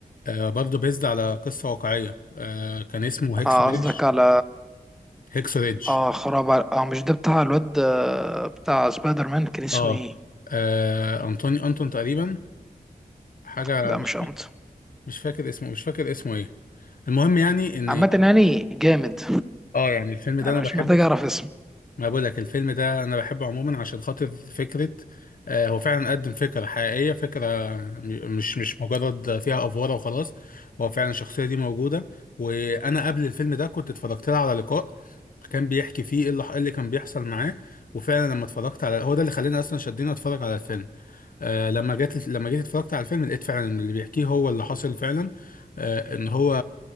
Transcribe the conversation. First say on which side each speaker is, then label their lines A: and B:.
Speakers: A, on the left; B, in the centre.
A: آه برضو بيزد على قصه واقعيه آه كان اسمه هيكسو
B: اه
A: ريدج
B: قصدك على
A: هيكسو ريدج
B: اه خراب على- اه مش ده بتاع الواد آه، بتاع سبايدر مان كان اسمه
A: اه
B: ايه
A: آه، انطوني انتون تقريبا حاجه
B: لا
A: مش
B: مش قمت
A: مش فاكر اسمه مش فاكر اسمه ايه المهم يعني ان
B: عامه يعني جامد
A: اه يعني الفيلم ده
B: انا
A: انا بحبه
B: مش محتاج اعرف اسم
A: ما بقول لك الفيلم ده انا بحبه عموما عشان خاطر فكره آه، هو فعلا قدم فكره حقيقيه فكره م- مش مش مجرد فيها افواره وخلاص هو فعلا الشخصيه دي موجوده وانا قبل الفيلم ده كنت اتفرجت لها على لقاء كان بيحكي فيه ايه اللي إيه اللي كان بيحصل معاه وفعلا لما اتفرجت على هو ده اللي خلاني اصلا شدني اتفرج على الفيلم آه لما جيت لما جيت اتفرجت على الفيلم لقيت فعلا إن اللي بيحكيه هو اللي حصل فعلا آه ان هو